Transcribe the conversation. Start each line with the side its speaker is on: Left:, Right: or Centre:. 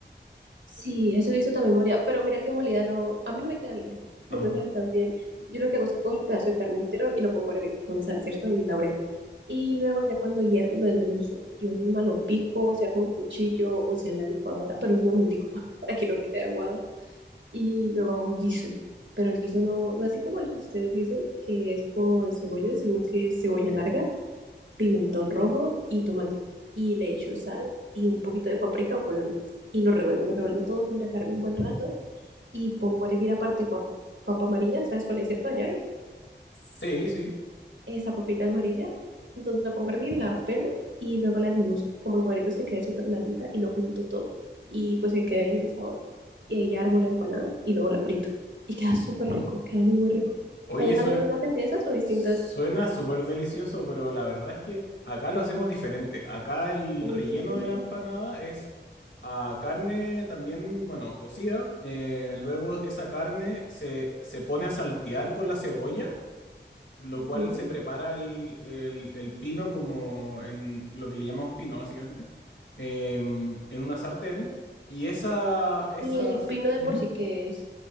Right: Sí,
Left: Sí.
Right: eso he visto también molida, pero mira que molida no, a mí no me queda bien, <laughs>
Left: Ajá.
Right: no me sabe tan bien. Yo lo que hago es que cojo el pedazo de carne entero y lo pongo a hervir con sal, ¿cierto? Y laurel. Y luego ya cuando hierve lo desmenuzo. Yo misma lo pico, sea con cuchillo o sea en la licuadora, pero un momentico <laughs> para que no quede aguado. Y luego hago guiso, pero el guiso no, no así como el que ustedes dicen, que es con cebolla, sino que es cebolla larga pimentón rojo y tomate. Y le echo sal y un poquito de paprika o color. Y lo revuelvo, lo revuelvo todo con la carne un buen rato y pongo a hervir aparte papa. Papa amarilla, ¿sabes cuál es cierto? Allá hay
Left: Sí, sí.
Right: esa papita amarilla. Entonces la pongo a hervir, la pelo y luego la desmenuzo como en cuadritos que quede súper blandita y lo junto todo. Y pues que quede bien de sabor. Y ahí ya armo la empanada y luego la frito. Y queda súper rico, queda muy, muy rico.
Left: Oye,
Right: ¿Allá
Left: eso,
Right: también hacen de esas o distintas?
Left: Suena súper delicioso, pero la verdad es que acá lo hacemos diferente. Acá el
Right: Muy
Left: relleno
Right: distintas.
Left: de la empanada es a carne también, bueno, cocida. Eh, luego esa carne se, se pone a saltear con la cebolla, lo
Right: Ujú.
Left: cual se prepara el, el- el pino como en lo que le llamamos pino, básicamente, em, en una sartén. Y esa, esa,
Right: ¿Y el pino de
Left: ujú,
Right: por sí qué es?